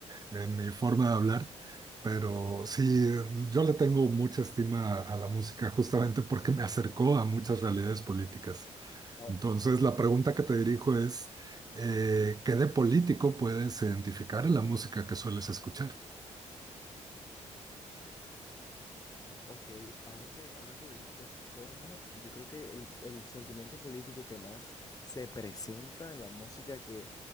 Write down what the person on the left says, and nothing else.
Oh,
ok, ahora que, ahora que lo dices de esa forma, yo creo que el, el sentimiento político que más se presenta en la música que,